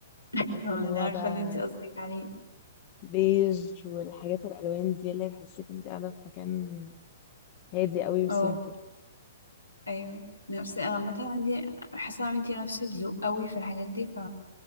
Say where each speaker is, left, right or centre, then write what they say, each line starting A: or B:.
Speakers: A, on the left (about 85°); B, on the left (about 40°).
A: اه،
B: اللي
A: انا
B: هو
A: عارفه
B: بقى
A: اللي انت قصدك عليه
B: بيج والحاجات الألوان دي اللي تحسسك انت قاعدة في مكان هادي قوي وسيمبل
A: اه ايوه نفس انا عامه عندي حاسه ان انت نفس الذوق قوي في الحاجات دي ف...